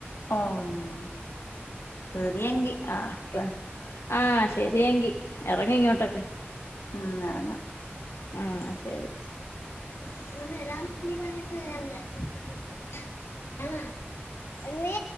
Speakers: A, on the left; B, on the left.
A: ആഹ് ശെരിയെങ്കി
B: ആഹ് ആഹ് ശെരിയെങ്കി എറങ്ങ് ഇങ്ങോട്ടൊക്കെ
A: ഉം എറങ്ങാ
B: ആഹ് ശെരി
A: <unintelligible>
B: മ്മേ